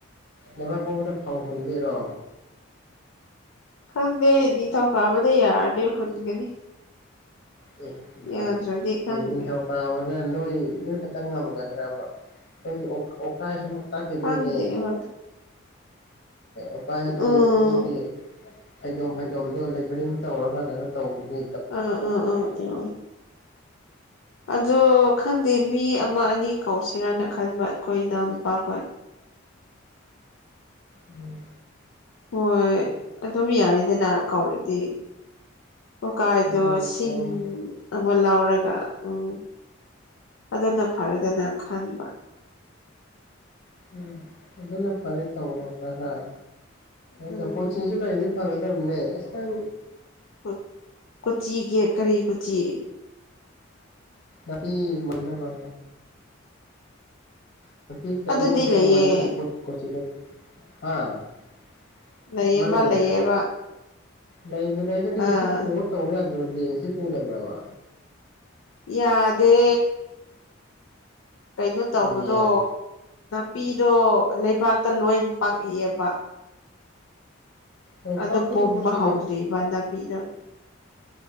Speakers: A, on the left; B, on the left.
A: ꯂꯩꯕꯥꯛꯄꯣꯛꯄꯗ ꯐꯧ ꯍꯨꯟꯘꯣꯏꯔꯣ
B: ꯈꯪꯗꯦ ꯅꯤꯡꯊꯧ ꯀꯥꯕꯗ ꯌꯥꯔꯗꯤ ꯍꯨꯟꯒꯅꯤ
A: ꯑꯦ ꯍ
B: ꯌꯥꯗ꯭ꯔꯗꯤ ꯈꯪꯗꯦ
A: ꯅꯣꯡꯊꯧ ꯄꯥꯕꯗ ꯅꯣꯏ ꯅꯣꯏ ꯈꯛꯇꯪ ꯉꯝꯒꯗ꯭ꯔꯕ ꯑꯗꯨ ꯑꯣꯀꯥꯏ ꯁꯨ ꯇꯥꯛꯈꯤꯗꯣꯏꯅꯦ
B: ꯈꯪꯗꯦꯕ
A: ꯎꯄꯥ ꯍꯥꯏꯗꯤ
B: ꯎꯝ
A: ꯍꯧꯀꯤ ꯐꯩꯗꯣꯝ ꯐꯩꯗꯣꯝꯗꯣ ꯂꯦꯕꯔꯤꯡ ꯇꯧꯔꯒ ꯀꯩꯅꯣ ꯇꯧꯈꯤꯗ
B: ꯑꯥ ꯑꯥ ꯑꯥ ꯎꯥ ꯑ ꯈꯪꯗꯦ ꯃꯤ ꯑꯃ ꯑꯅꯤ ꯀꯧꯁꯤꯔꯅ ꯈꯟꯕ ꯑꯩꯈꯣꯏ ꯏꯅꯥꯎꯅꯨꯄꯥꯈꯣꯏ
A: ꯎꯝ
B: ꯍꯣꯏ ꯑꯗꯨꯝ ꯌꯥꯏꯗꯅ ꯀꯧꯔꯗꯤ ꯑꯣꯀꯥꯏꯗꯣ
A: ꯍꯣꯏ
B: ꯁꯤꯡ
A: ꯇꯧ
B: ꯑꯃ ꯂꯧꯔꯒ ꯎꯝ ꯑꯗꯨꯅ ꯐꯔꯗꯅ ꯈꯟꯕ
A: ꯎꯝ ꯑꯗꯨꯅ ꯐꯔꯦ ꯇꯧꯔꯣ ꯈꯔ ꯍꯔ
B: ꯎꯝ
A: ꯍꯣ ꯀꯣꯆꯤꯡ ꯂꯩꯔꯗꯤ ꯐꯥꯒꯗꯕꯅꯦ ꯅꯪ
B: ꯀꯨꯠ ꯀꯨꯆꯤꯒꯤ ꯀꯔꯤ ꯀꯨꯆꯤ
A: ꯅꯥꯄꯤ ꯃꯥꯟꯅꯕ UNINTELLIGIBLE
B: ꯑꯗꯨꯗꯤ ꯂꯩꯌꯦ
A: ꯀꯃꯣꯄꯥ ꯃꯅꯕꯨꯁꯤꯗ ꯍꯥ
B: ꯂꯩꯌꯦꯕ
A: ꯑꯃ ꯂꯩꯌꯦ
B: ꯂꯩꯌꯦꯕ
A: ꯂꯩ ꯂꯩꯗꯗꯤ
B: ꯑꯥ
A: ꯉꯁꯤ ꯄꯨꯔ ꯇꯧ ꯌꯥꯗ꯭ꯔꯣꯗꯤ ꯉꯁꯤ ꯄꯨꯗꯕ꯭ꯔꯥꯕ
B: ꯌꯥꯗꯦ ꯀꯩꯅꯣ ꯇꯧꯕꯗꯣ
A: ꯀꯩꯒꯤ ꯌꯥꯗꯦ
B: ꯄꯤꯔꫭ ꯂꯩꯕꯥꯛꯇ ꯂꯣꯏ ꯄꯥꯛꯏꯑꯕ
A: ꯑꯣ
B: ꯑꯗꫭ
A: ꯄꯥꯛꯄꯗꯣ
B: ꯄꯣꯝꯕ
A: ꯀꯣꯆꯤꯅ
B: ꯍꯧꯗ꯭ꯔꯤꯕ ꯅꯥꯄꯤꯗꫭ